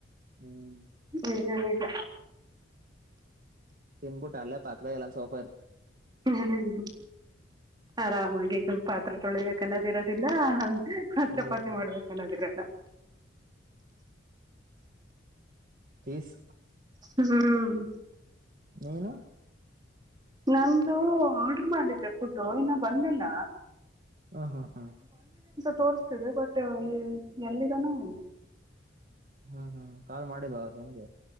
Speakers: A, on the right (about 45°); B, on the right (about 20°).
A: ಹ್ಮ್
B: ಹ್ಮ ನಿಜ ನಿಜ
A: ತಿನ್ನಬಿಟ್ಟು ಅಲ್ಲೇ ಪಕ್ಕದಲ್ಲೇ <unintelligible> ಸೋಫ್
B: ಹ್ಮ್ ಆರಾಮಾಗಿ ಪಾತ್ರೆ ತೊಳಿಬೇಕನ್ನೋದಿರೋದಿಲ್ಲ ಹ್ ಹ
A: ಹ್ಮ್
B: ಚಪಾತಿ ಮಾಡ್ಬೇಕನ್ನೋದಿರಲ್ಲ. <inaudible>
A: ಕೀಸ್.
B: ಹ್ಮ್ಹ್ಮ್
A: ನೀನು.
B: ನಂದು ಆಡ್ರು ಮಾಡಿದ್ದೆ ಫುಡ್ಡು ಇನ್ನ ಬಂದಿಲ್ಲ.
A: ಹ ಹಾ ಹ್ಮ್.
B: ತೋರ್ಸ್ತಿದೆ ಬಟ್ ಎ ಎಲ್ಲಿದನೊ.
A: ಹ್ಮ ಹ್ಮ. ಕಾಲ್ ಮಾಡಿಲ್ವ ಅವ್ರ್ ನಿಂಗೆ.